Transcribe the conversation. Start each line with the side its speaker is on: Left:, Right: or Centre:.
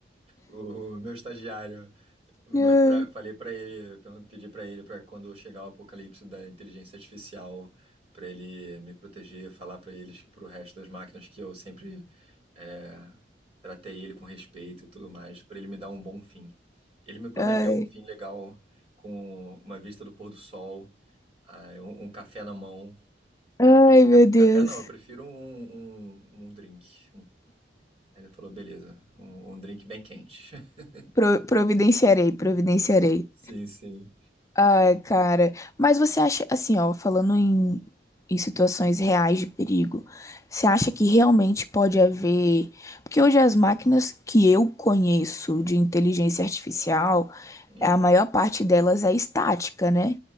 Right: meu, o meu estagiário. Mas
Left: Ai,
Right: pra- falei pra ele. per- Pedi pra ele pra quando chegar o apocalipse da inteligência artificial. Pra ele me proteger, falar pra eles, pro resto das máquinas que eu sempre é, tratei ele com respeito e tudo mais, pra ele me dar um bom fim. Ele me prometeu
Left: ai,
Right: um fim legal, com uma vista do pôr do sol, aí um, um café na mão.
Left: ai,
Right: Aí eu falei, "Ca-
Left: meu Deus.
Right: café não, eu prefiro um, um, um drink. Um- Aí ele falou, beleza, um, um drink bem quente. <laughs>
Left: Pro- providenciarei, providenciarei.
Right: Sim, sim.
Left: Ai, cara. Mas você acha, assim, ó, falando em, em situações reais de perigo, você acha que realmente pode haver. Porque hoje as máquinas que eu conheço de inteligência artificial,
Right: Uhum.
Left: a maior parte delas é estática, né?